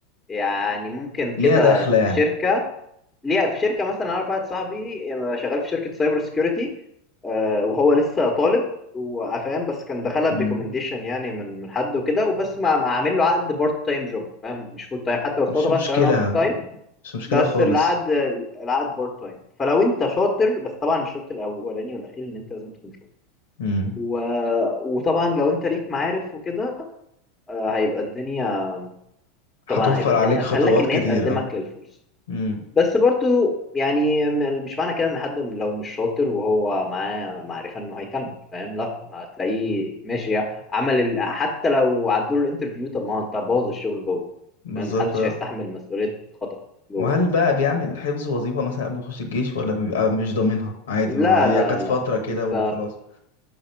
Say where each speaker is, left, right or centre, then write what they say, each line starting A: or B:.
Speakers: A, on the left; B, on the left.
A: يعني ممكن كده
B: ليها دخله يعني
A: في شركة ليه في شركة مثلا أنا أعرف واحد صاحبي شغال في شركة سايبر سيكيورتي آه، وهو لسه طالب وفاهم بس كان دخلها
B: مم.
A: بريكومنديشن يعني من من حد وكده وبس ما ما عامل له عقد بارت تايم جوب فاهم مش فول تايم حتى بس
B: مش
A: هو طبعا
B: مشكله
A: شغال معاهم فول تايم
B: مش مشكله
A: بس
B: خالص
A: العقد العقد بارت تايم فلو انت شاطر بس طبعا الشرط الاولاني والاخير ان انت لازم تكون شاطر
B: مم.
A: و... وطبعا لو انت ليك معارف وكده آه، هيبقى الدنيا
B: هتوفر
A: طبعا هيبقى
B: عليك
A: الدنيا اسهل
B: خطوات
A: لك ان
B: كتير
A: هي تقدمك
B: اه
A: للفرصه
B: مم.
A: بس برضو يعني م- مش معنى كده ان حد لو مش شاطر وهو معاه معرفه انه هيكمل فاهم لا ما هتلاقيه ماشي عمل ال... حتى لو عدوا له الانترفيو طب ما هو انت بوظ الشغل جوه
B: بالظبط
A: فاهم محدش
B: آه.
A: هيستحمل مسؤوليه خطأ جوه
B: وهل بقى بيعمل الحفظ وظيفة مثلا قبل يخش الجيش ولا بيبقى مش ضامنها عادي
A: لا
B: وهي
A: لا
B: كانت
A: لا
B: فترة كده
A: انت
B: وخلاص